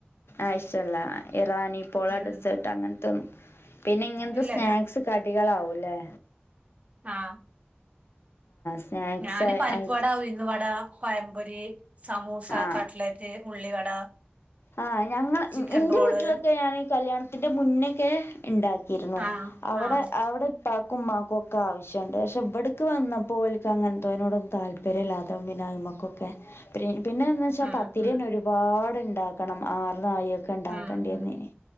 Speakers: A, on the left (about 75°); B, on the right (about 35°).
A: ആ ഇഷല്ല ഇറാനി പോള
B: ഉം
A: ഡെസേർട്ട് അങ്ങനത്തൊന്നും പിന്നെ ഇങ്ങനത്തെ
B: ഇല്ലല്ല
A: സ്നാക്സ് കടികളാവൂലെ?
B: ആ
A: സ്നാക്സ്
B: ഞാന് പരിപ്പ്
A: ആയിട്ട്
B: വടാ ഉഴുന്നുവടാ പഴംപൊരി, സമൂസ,
A: ആ
B: കട്ലറ്റ്, ഉള്ളിവട
A: ആ ഞങ്ങൾ
B: ചിക്കൻ
A: ഇന്റെ
B: റോള്
A: വീട്ടിലൊക്കെ ഞാനീ കല്യാണത്തിന്റെ മുന്നൊക്കെ ഉണ്ടാക്കിയിരുന്നു.
B: ആഹ്
A: അവിടെ
B: ആഹ്
A: അവിടെ പാക്കുമ്മാക്കും ഒക്കെ ആവശ്യണ്ട് പക്ഷേ ബട്ക്ക് വന്നാപ്പോൽക്ക് അങ്ങനത്തെനോടൊ താല്പര്യല്ലാതും പിന്നെയ്മ ഓക്കെ പി പിന്നെന്ന് വെച്ചാൽ
B: ഉം
A: പത്തിരിന
B: ഉം
A: ഒരുപാട്ണ്ടാക്കണം ആർന്നായിക്കെ ഉണ്ടാക്കണ്ടിന്നേന്
B: ഉം ഉം